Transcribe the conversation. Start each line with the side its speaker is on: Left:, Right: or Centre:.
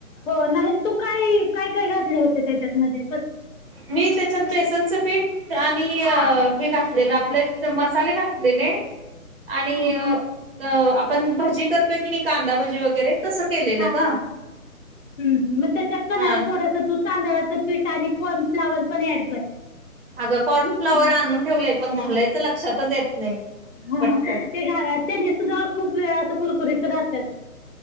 Left: हो नाही तू काय काय काय घातले होते. त्याच्यात मध्ये
Right: मी त्याच्यात बेसनचं पीठ आणि
Left: हा
Right: हे घातलेलं, आपले मसाले घातलेले आणि
Left: हा हा
Right: अ पण भजी करतोय की नाही, कांदा भजी वगैरे तसं केलेलं
Left: हा हम्म
Right: ग
Left: हम्म मग तेच्यात कनाय
Right: हा
Left: थोडस तू तांदळाच <unintelligible> आणि कॉर्नफ्लावर पण ऍड कर
Right: अगं कॉर्न फ्लाॉवर
Left: हा
Right: आणून ठेवलंय, पण घालायचं लक्षातच येत नाही.
Left: ह
Right: पटकन
Left: ते घरात त्याने सुद्धा खूप वेळा असं कुरकुरीत राहतात.